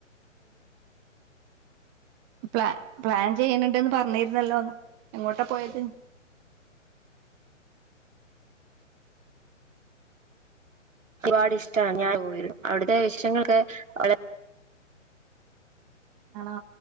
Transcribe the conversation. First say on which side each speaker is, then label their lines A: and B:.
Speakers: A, on the right; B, on the right.
A: പ്ലാ പ്ലാൻ ചെയ്യണണ്ടന്ന് പറഞ്ഞിരുന്നല്ലോന്ന് എങ്ങോട്ടാ പോയത്
B: ഒരുപാട് ഇഷ്ടമാണ് ഞാൻ <unintelligible> അവിടത്തെ വിഷങ്ങളൊക്കെ വള
A: ആണോ